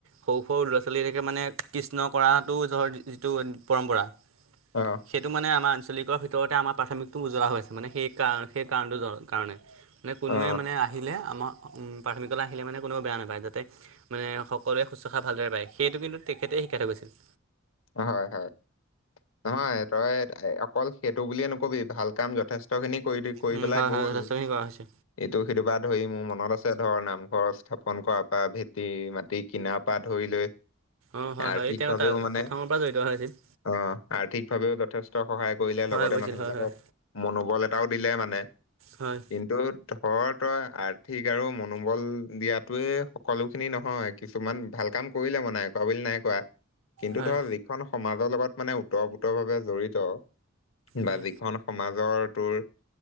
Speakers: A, on the right; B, on the left.
A: সৰু-সৰু ল'ৰা ছোৱালী বিলাকে মানে কৃষ্ণ কৰাটোৰ যিটো পৰম্পৰা?
B: অ'।
A: সেইটো মানে আমাৰ আঞ্চলিকৰ ভিতৰতে আমাৰ প্ৰাথমিকটো উজোৱা হৈ হৈছে মানে সেই কাৰ সেই কাৰণটো কাৰণে। মানে কোনোৱে
B: অ
A: মানে আহিলে আমাৰ প্ৰাথমিকলে আহিলে মানে কোনোৱও বেয়া নাপায় যাতে মানে সক সকলোৱে শুশ্ৰষ ভালদৰে পায়। সেইটো কিন্তু তেখেতে শিকাই থৈ গৈছিল।
B: হয়-হয়। নহয় তই অকল সেইটো বুলিয়ে নকবি, ভাল কাম যথেষ্ট খিনি কৰি দি কৰি
A: উম
B: পেলাই
A: হয়
B: গ'ল।
A: হয় যথেষ্টখিনি কৰা হৈছে
B: এইটো সেইটোৰপৰা ধৰি মোৰ মনত আছে ধৰ নামঘৰ স্থাপন কৰ পৰা ভেটি মাটি কিনাৰ পা ধৰি লৈ
A: অ', হয়-হয়।
B: আৰ্থিকভাৱেও
A: তেওঁ তা
B: মানে
A: প্ৰথমৰ পৰা জড়িত হৈ আছিল।
B: অ', আৰ্থিকভাৱেও যথেষ্ট সহায় কৰিলে
A: হয়
B: লগতে
A: গৈছিল
B: মানুহবিলাকক
A: হয় হয়
B: মনোবল এটাও দিলে মানে।
A: হয়
B: কিন্তু ধৰ তই আৰ্থিক আৰু মনোবল দিয়াতয়ে সকলো খিনি নহয় কিছুমান ভাল কাম কৰিলে মানে, কৰা বুলি নাই কোৱা। কিন্তু
A: হয়।
B: ধৰক যিখন সমাজৰ লগত মানে উতঃ পুতহ ভাৱে জড়িত
A: হয়
B: বা যিখন সমাজৰ তোৰ